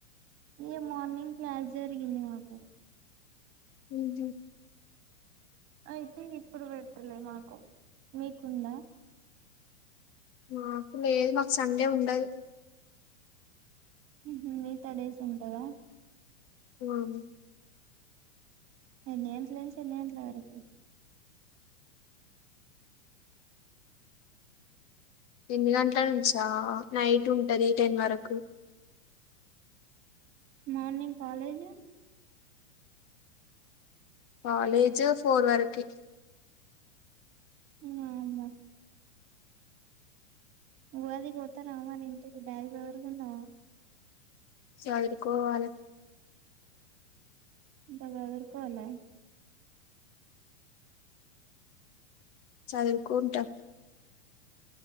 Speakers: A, on the right; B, on the left.
A: ఇగ మార్నింగ్ క్లాస్ జరిగింది మాకు
B: మ్ హు
A: అయితే ఇప్పుడు పెట్టలే మాకు మీకుందా
B: మాకు లేదు మాకు సండే ఉండదు
A: ఉంహు మిగతా డేస్ ఉంటాదా
B: <unintelligible>
A: ఎన్నీ గంట్ల నుంచి ఎన్ని గంట్ల వరకు
B: ఎన్ని గంట్ల నుంచా నైట్ ఉంటది టెన్ వరకు
A: మార్నింగ్ కాలేజ్
B: కాాలేజ్ ఫోర్ వరకి
A: వామ్మో ఊగాదికి పోతారా మరి ఇంటికి బాగ్ సదురుకునవ
B: సదుర్కోవాలె
A: ఇంకా సాధుర్కోలె
B: సదురుకుంటా